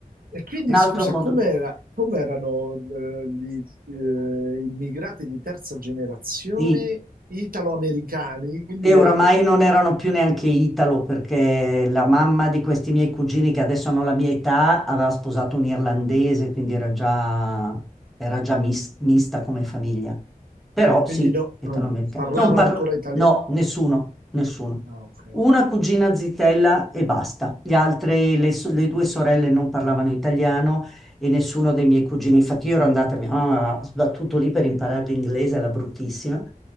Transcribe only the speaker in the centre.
Un altro
modo,
sì,
E oramai
non erano più neanche Italo perché la mamma di questi miei cugini, che adesso hanno la mia età, aveva sposato un irlandese, quindi era già, era già mis- mista come famiglia. Però
sì,
italoamericana.
Non parlo,
no, nessuno, nessuno.
Una
cugina zitella e basta. Gli altre, le, so- le due sorelle non parlavano italiano e nessuno dei miei cugini. Infatti io ero andata, mia mamma ha sbattuto lì per imparare l'inglese, la bruttissima.